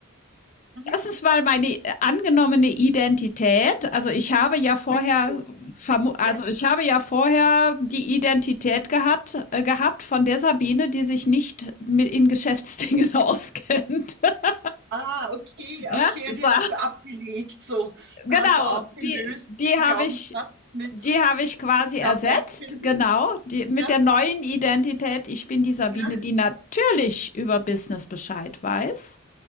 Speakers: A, on the right; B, on the left.
A: Mhm.
B: erstens mal meine äh, angenommene Identität. Also ich habe ja vorher,
A: So.
B: also
A: Ja.
B: ich habe ja vorher die Identität gehabt, äh, gehabt von der Sabine, die sich nicht mit in Geschäftsdingen auskennt. <laughs>
A: Ah, okay,
B: Ja,
A: okay,
B: so.
A: die hast du abgelegt. So,
B: Genau,
A: da hast du aufgelöst
B: die, die
A: diesen
B: habe
A: Glaubenssatz
B: ich,
A: mit
B: die habe ich quasi ersetzt.
A: Körperempfinden.
B: Genau, die, mit
A: Ja,
B: der neuen Identität. Ich bin die Sabine,
A: ja,
B: die natürlich über Business Bescheid weiß.